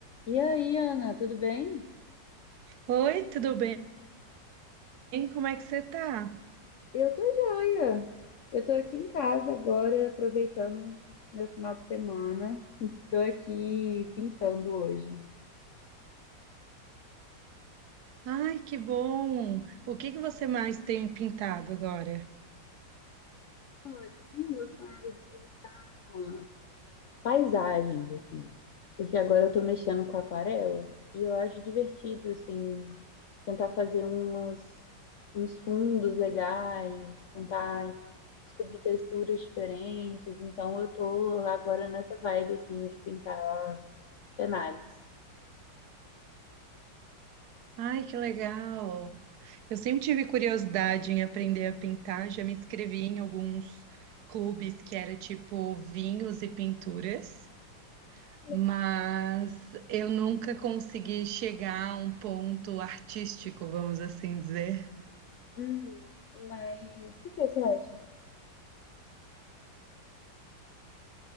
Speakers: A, on the left; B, on the right.
A: E aí, Ana, tudo bem?
B: Oi, tudo bem? Como é que você tá?
A: Eu tô joia. Eu tô aqui em casa agora, aproveitando meu final de semana. Tô aqui pintando hoje.
B: Ai, que bom! O que que você mais tem pintado agora?
A: Olha, eu tenho gostado de pintar. paisagens, assim. Porque agora eu tô mexendo com aquarela e eu acho divertido, assim, tentar fazer umas, uns fundos legais, tentar descobrir texturas diferentes. Então eu tô agora nessa vibe, assim, de pintar cenários.
B: Ai, que legal! Eu sempre tive curiosidade em aprender a pintar, já me inscrevi em alguns clubes que era tipo vinhos e pinturas,
A: Que
B: mas
A: Legal.
B: eu nunca consegui chegar a um ponto artístico, vamos assim dizer.
A: Hum, mas por que você acha?